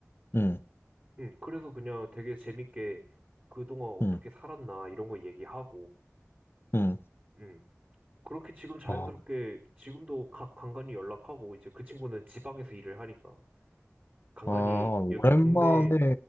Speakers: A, on the left; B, on the right.
A: 응,
B: 응, 그래서 그냥 되게 재밌게 그동안 어떻게
A: 응,
B: 살았나, 이런 거 얘기하고,
A: 응.
B: 응. 그렇게 지금 자연스럽게
A: 아,
B: 지금도 각 간간이 연락하고 이제 그 친구는 지방에서 일을 하니까 간간이
A: 아, 오랜만에,
B: 여기 동네